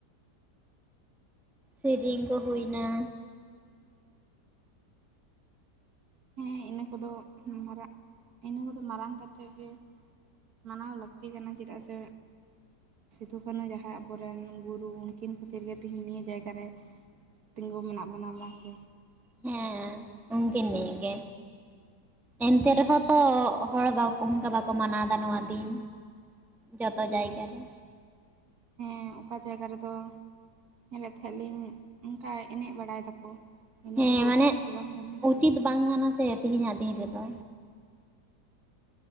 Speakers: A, in the centre; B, on the right.
A: ᱥᱮᱨᱮᱧ ᱠᱚ ᱦᱩᱭᱱᱟ,
B: ᱦᱮᱸ ᱤᱱᱟᱹ ᱠᱚᱫᱚ ᱢᱟᱨᱟᱜ ᱤᱱᱟᱹ ᱠᱚᱫᱚ ᱢᱟᱨᱟᱝ ᱠᱟᱛᱮᱫ ᱜᱮ ᱢᱟᱱᱟᱣ ᱞᱟᱹᱠᱛᱤ ᱠᱟᱱᱟ ᱪᱮᱫᱟᱜ ᱥᱮ, ᱥᱤᱫᱩᱼᱠᱟᱹᱱᱩ ᱡᱟᱦᱟᱭ ᱟᱵᱚ ᱨᱮᱱ ᱜᱩᱨᱩ ᱩᱱᱠᱤᱱ ᱠᱷᱟᱹᱛᱤᱨ ᱜᱮ ᱛᱮᱦᱮᱧ ᱱᱤᱭᱟᱹ ᱡᱟᱭᱜᱟ ᱨᱮ ᱛᱮᱸᱜᱳ ᱢᱮᱱᱟᱜ ᱵᱚᱱᱟ ᱵᱟᱝ ᱥᱮ?
A: ᱦᱮᱸ ᱩᱱᱠᱤᱱ ᱱᱤᱭᱟᱹ ᱜᱮ᱾ ᱮᱱᱛᱮ ᱨᱮᱦᱚᱸ ᱛᱚ ᱦᱚᱲ ᱵᱟᱠ ᱚᱱᱠᱟ ᱵᱟᱠᱚ ᱢᱟᱱᱟᱣ ᱮᱫᱟ ᱱᱚᱣᱟ ᱫᱤᱱ᱾ ᱡᱚᱛᱚ ᱡᱟᱭᱜᱟ ᱨᱮ᱾
B: ᱮᱸ ᱚᱠᱟ ᱡᱟᱭᱜᱟ ᱨᱮᱫᱚ ᱧᱮᱞᱮᱫ ᱛᱟᱦᱮᱸᱫ ᱞᱤᱧ ᱚᱱᱠᱟ ᱮᱱᱮᱡ ᱵᱟᱲᱟᱭ ᱫᱟᱠᱚ᱾ ᱤᱱᱟᱹ
A: ᱦᱮᱸ
B: ᱠᱚᱫᱚ
A: ᱢᱟᱱᱮ
B: ᱩᱪᱤᱛ ᱫᱚ ᱵᱟᱝ ᱠᱟᱱᱟ ᱥᱮ᱾
A: ᱩᱪᱤᱛ ᱵᱟᱝ ᱠᱟᱱᱟ ᱥᱮ ᱛᱤᱦᱤᱧᱼᱟᱜ ᱫᱤᱱ ᱨᱮᱫᱚ,